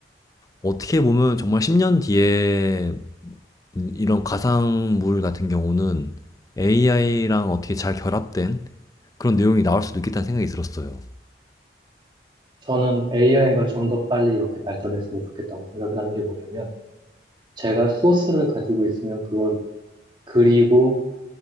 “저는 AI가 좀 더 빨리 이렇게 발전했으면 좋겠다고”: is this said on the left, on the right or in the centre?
Right